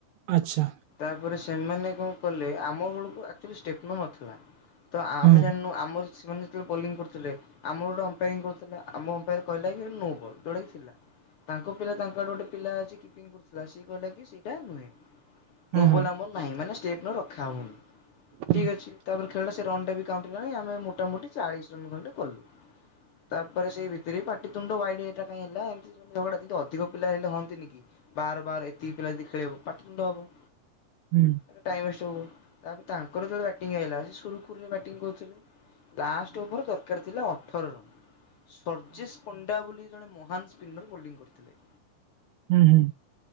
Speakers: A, on the right; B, on the left.
A: ଆଚ୍ଛା।
B: ତାପରେ ସେମାନେ କଣ କଲେ ଆମ ବେଳକୁ ଆଚୁଆଲି ଷ୍ଟେପନୋ ନଥିଲା। ତ ଆମେ
A: ହୁଁ
B: ଜାଣିନୁ ଆମର ସେମାନେ ଯେତେବେଳେ ବୋଲିଂ କରୁଥିଲେ ଆମର ଗୋଟେ ଅମ୍ପାୟାରିଂ କରୁ ଥିଲା ଆମ ଅମ୍ପାୟାର କହିଲା କି ନୋ ବଲ ଯୋଉଟାକି ଥିଲା। ତାଙ୍କ ପିଲା ତାଙ୍କ ଆଡୁ ଗୋଟେ ପିଲା ଅଛି କିପିଙ୍ଗ କରୁଥିଲା ସିଏ କହିଲା କି ସେଇଟା ନୁହେଁ
A: ହୁଁ
B: ନୋବଲ
A: ହୁଁ
B: ଆମର ନାହିଁ ମାନେ ଷ୍ଟେପ୍ନୋ ରଖା ହଉନି। ଠିକ୍
A: ହୁଁ
B: ଅଛି ତାପରେ ଖେଳିଲା ସେ ରନ୍ ଟା ବି କାଉଣ୍ଟ ହେଲାନି ଆମେ ମୋଟାମୋଟି ଚାଳିଶ ରନ୍ ଖଣ୍ଡେ କଲୁ। ତାପରେ ସେଇ ଭିତରେ ପାଟିତୁଣ୍ଡ ୱାଇଡ ଏଟା କାଇଁ ହେଲା ଏମତି ସବୁ ଝଗଡା ଯେନ୍ତି ଅଧିକ ପିଲା ହେଲେ ହଅନ୍ତିନି କି? ବାର ବାର ଏତିକି ପିଲା ଯଦି ଖେଳେଇବ ପାଟି ତୁଣ୍ଡ ହବ।
A: ହୁଁ।
B: ଏଟା ଟାଇମ୍ ୱେଷ୍ଟ ହେବ, ତାପରେ ତାଙ୍କର ଯେତେବେଳେ ବ୍ୟାଟିଂ ଆଇଲା ସେ ସୁରୁଖୁରୁରେ ବ୍ୟାଟିଂ କରୁଥିଲେ ଲାଷ୍ଟ ଓଭର ଦରକାର ଥିଲା ଅଠର ରନ ସରଚିସ୍ ପଣ୍ଡା ବୋଲି ଜଣେ ମହାନ୍ ସ୍ପିନର ବୋଲଡିଂ କରିଥିଲେ।
A: ହୁଁ ହୁଁ।